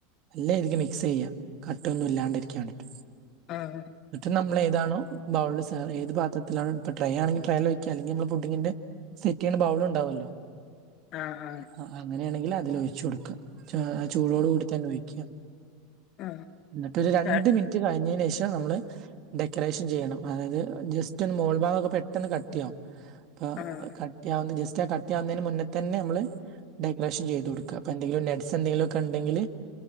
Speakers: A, on the right; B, on the left.
A: നല്ലേഇരിക്ക് മിക്സ് ചെയ്യ കട്ടൊന്നും ഇല്ലാണ്ട് ഇരിക്കാൻ വേണ്ടീട്ട്
B: ആഹ്
A: എന്നിട്ട് നമ്മള് ഏതാണോ ബൗളിൽ സെ ഏത് പത്രത്തിലണോ ഇപ്പ ട്രൈ ആണെങ്കി ട്രയല് ഒയ്ക്ക അല്ലെങ്കി നമ്മള് പുഡിങ്ങിന്റെ ക്കെൻ ബൗള് ഇണ്ടാവുല്ലോ
B: ആഹ് ആഹ്
A: അ അങ്ങനെയാണെങ്കി അതില് ഒയിച്ച് കൊടുക്കാആ് ചൂടോട് കൂടി തന്നെ ഒയ്ക്കാ
B: ആഹ് ആഹ് ആഹ്
A: ന്ന്ട്ടൊരു രണ്ട്
B: ര
A: മിനിറ്റ് കഴിഞ്ഞേന് ശേഷം നമ്മള് ഡെക്കറേഷൻ ചെയ്യണം അതായത് ജസ്റ്റ് ഒന്ന് മോൾ ഭാഗൊക്കെ പെട്ടെന്ന് കട്ടിയാവും ഇപ്പ
B: ആഹ്
A: കട്ടിയാവുന്ന ജസ്റ്റ് ആഹ് കട്ടിയാവുന്നതിന് മുന്നതെന്നെ നമ്മള് ഡെക്കറേഷൻ ചെയ്തു കൊടുക്ക പ്പൊ എന്തെങ്കിലും നെഡ്സ് എന്തെങ്കിലുക്കെ ഇണ്ടെങ്കില്